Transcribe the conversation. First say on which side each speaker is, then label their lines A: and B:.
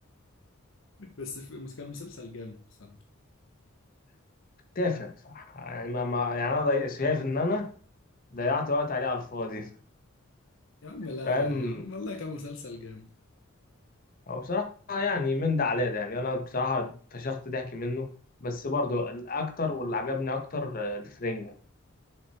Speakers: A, on the left (about 65°); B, on the left (about 45°).
A: بس في مس- كان مسلسل جامد بصراحة
B: تافه بصراحة يعني ما... ما... يعني انا ضي... شايف ان انا ضيعت وقت عليه على الفاضي
A: يا عم لا
B: فاهم
A: يا يا عم والله كان مسلسل جامد
B: هو بصراحة يعني من ده على ده يعني أنا بصراحة فشخت ضحك منه بس برضه الأكتر واللي عجبني أكتر آه، الفرنجة